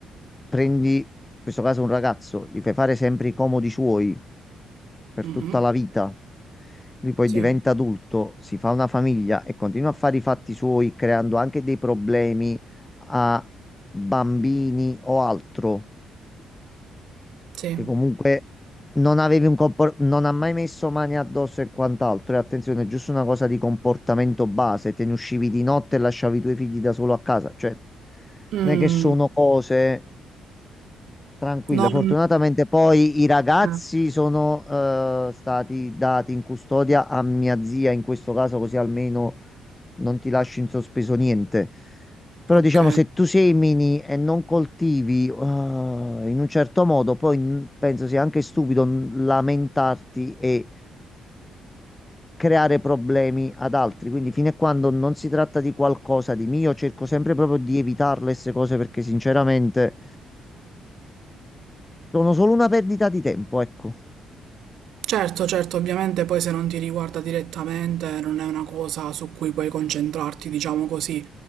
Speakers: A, on the left; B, on the right.
A: prendi, in questo caso un ragazzo, gli fai fare sempre i comodi suoi per
B: Mhm,
A: tutta la vita. Lui poi
B: Sì,
A: diventa adulto, si fa una famiglia e continua a fare i fatti suoi, creando anche dei problemi a bambini o altro,
B: sì.
A: che comunque non avevi un compor- non ha mai messo mani addosso e quant'altro. E attenzione, è giusto una cosa di comportamento base, te ne uscivi di notte e lasciavi i tuoi figli da solo a casa, cioè
B: Mm.
A: non è che sono cose Tranquilla,
B: Non...
A: fortunatamente poi i ragazzi
B: eh,
A: sono eh, stati dati in custodia a mia zia in questo caso, così almeno non ti lascio in sospeso niente. Però
B: ok.
A: diciamo, se tu semini e non coltivi eh, in un certo modo, poi n- penso sia anche stupido n- lamentarti e creare problemi ad altri. Quindi fino a quando non si tratta di qualcosa di mio, cerco sempre proprio di evitare queste cose perché sinceramente... Sono solo una perdita di tempo, ecco.
B: Certo, certo, ovviamente poi se non ti riguarda direttamente non è una cosa su cui puoi concentrarti, diciamo così.